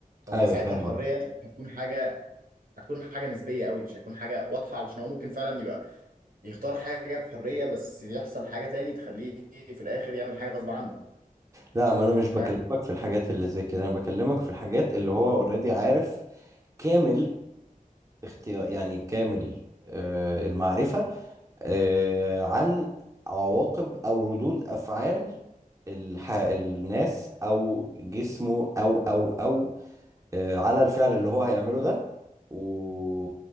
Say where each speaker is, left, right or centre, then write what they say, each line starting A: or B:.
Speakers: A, on the right; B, on the right.
A: فهو
B: ايوه
A: ساعتها
B: فاهم
A: الحرية
B: قصدك.
A: هتكون حاجة هتكون حاجة نسبية قوي مش هتكون حاجة واضحة علشان هو ممكن فعلا يبقى يختار حاجة بحرية بس يحصل حاجة تاني تخليه في الآخر يعمل حاجة غصب عنه
B: لا ما انا مش بكلمك
A: فاهم؟
B: في الحاجات اللي زي كده انا بكلمك في الحاجات اللي هو اوريدي عارف كامل اختيار يعني كامل آه، المعرفة آه، عن عواقب أو ردود أفعال الح... الناس أو جسمه أو أو أو آه، على الفعل اللي هو هيعمله ده و...